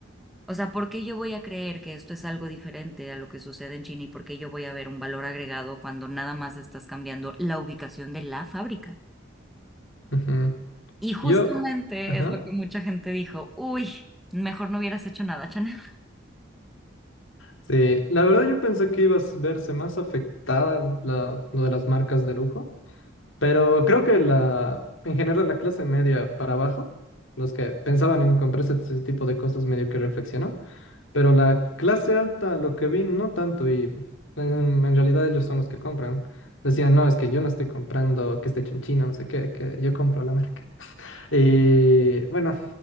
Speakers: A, in the centre; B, on the left.
A: O sea, ¿por qué yo voy a creer que esto es algo diferente a lo que sucede en China y por qué yo voy a ver un valor agregado cuando nada más estás cambiando la ubicación de la fábrica?
B: Ujú.
A: Y justamente
B: Yo, ajá.
A: es lo que mucha gente dijo, uy, mejor no hubieras hecho nada, Chanel.
B: Sí, la verdad yo pensé que ibas a verse más afectada la- lo de las marcas de lujo, pero creo que la, en general la clase media para abajo, los que pensaban en comprarse ese tipo de cosas medio que reflexionó, pero la clase alta lo que vi no tanto y en, en realidad ellos son los que compran. Decían, no, es que yo no estoy comprando que esté hecho en China, no sé qué, que yo compro la marca. Y bueno,